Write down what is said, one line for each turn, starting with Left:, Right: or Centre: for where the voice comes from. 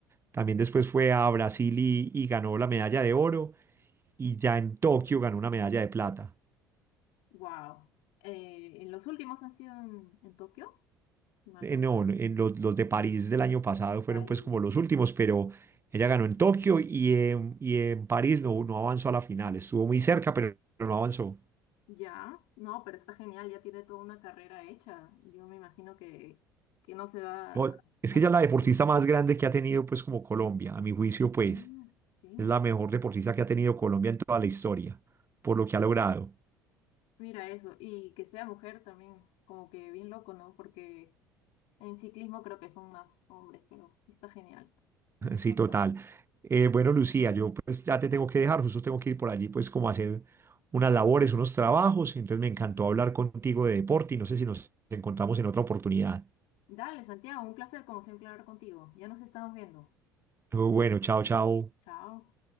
Right: También después fue a Brasil y, y ganó la medalla de oro. y ya en Tokio ganó una medalla de plata.
Left: Wow. en los últimos han sido en, en Tokio. Si Mal
Right: Eh,
Left: no
Right: no,
Left: recuerdo,
Right: en los, los de París del año pasado fueron
Left: varios.
Right: pues como los últimos, pero ella ganó en Tokio y en, y en París no, no avanzó a la final. Estuvo muy cerca, pero no avanzó.
Left: Ya, no, pero está genial, ya tiene toda una carrera hecha. Yo me imagino que, que no se va
Right: No,
Left: a
Right: es
Left: a
Right: que
Left: retirar
Right: ella es la deportista
Left: pronto.
Right: más grande que ha tenido pues como Colombia, a mi juicio pues.
Left: Ah, sí,
Right: Es la mejor deportista que ha tenido Colombia en toda la historia, por lo que ha logrado.
Left: mira eso. Y que sea mujer también, como que bien loco, ¿no? Porque en ciclismo creo que son más hombres, pero está genial. Me
Right: <laughs>
Left: encanta.
Right: Sí, total. Eh, bueno, Lucía, yo pues ya te tengo que dejar, justo tengo que ir por allí pues como a hacer unas labores, unos trabajos, entonces me encantó hablar contigo de deporte y no sé si nos encontramos en otra oportunidad.
Left: Dale, Santiago, un placer como siempre hablar contigo. Ya nos estamos viendo.
Right: Bueno, chao, chao.
Left: Chao.